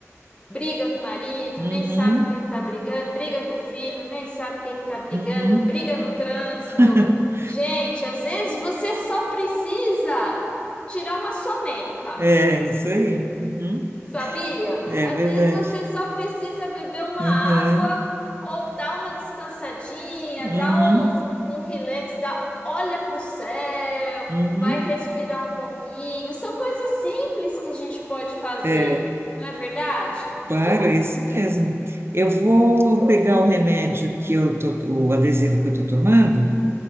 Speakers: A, on the left (about 20°); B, on the right (about 50°).
A: briga com o marido,
B: uhum,
A: nem sabe por que que tá brigando, briga com o filho, nem sabe por que que tá brigando,
B: uhum.
A: briga no trânsito.
B: <laughs>
A: Gente, às vezes você só precisa tirar uma soneca.
B: É isso aí. Uhum.
A: Sabia?
B: É
A: Às
B: verdade.
A: vezes você só precisa beber uma
B: Uhum,
A: água ou dar uma descansadinha,
B: uhum,
A: dar um, um relax, dá, olha para o céu,
B: uhum.
A: vai respirar um pouquinho. São coisas simples que a gente pode fazer,
B: É.
A: não é verdade?
B: Claro, é isso mesmo. Eu vou pegar o remédio que eu tô, o adesivo que eu estou tomando,